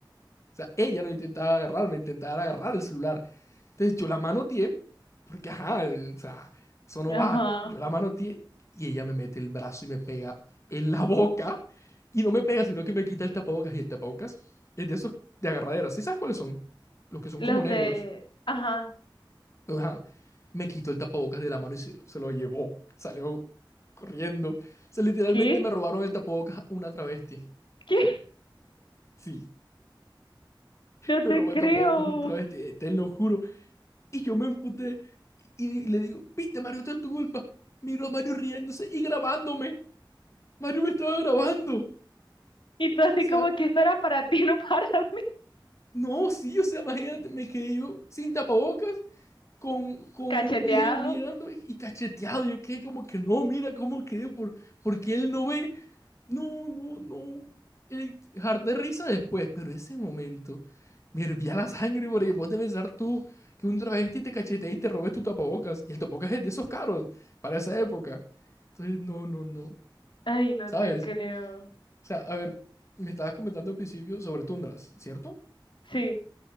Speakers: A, on the left; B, on the left.
A: O sea, ella no intentaba agarrarme, intentaba agarrar el celular. Entonces yo la manoteé, porque ajá, el- o sea, eso no va.
B: Ajá.
A: Yo la manoteé y ella me mete el brazo y me pega en la boca. Y no me pega, sino que me quita el tapabocas. Y el tapabocas es de esos de agarradera. ¿Sí sabes cuáles son? Los que son
B: Los
A: como negros.
B: de... Ajá.
A: O sea, me quitó el tapabocas de la mano y se lo, se lo llevó. Salió corriendo. O sea, literalmente
B: ¿Qué?
A: me robaron el tapabocas una travesti.
B: ¿Qué?
A: Sí,
B: No te
A: me robó
B: creo.
A: el tapabocas un travesti, eh, te lo juro. Y yo me emputé y, y le digo, viste, Mario, esto es tu culpa. Miro a Mario riéndose y grabándome. Mario me estaba grabando. O
B: Y tú así
A: sea,
B: como que esto era para ti, <laughs> no para mí.
A: no, sí, o sea, imagínate, me quedé yo sin tapabocas con, con
B: Cacheteado.
A: un video mirando y y cacheteado. Yo quedé como que no, mira cómo quedé, por, porque él no ve. No, no, no. Eh, harté risa después, pero ese momento me hervía la sangre porque vos puedes pensar tú que un travesti te cachetea y te robes tu tapabocas. Y el tapabocas es de esos caros para esa época. Entonces, no, no, no.
B: Ay, no
A: ¿Sabes?
B: te creo.
A: O sea, a ver, me estabas comentando al principio sobre tundras, ¿cierto?
B: Sí.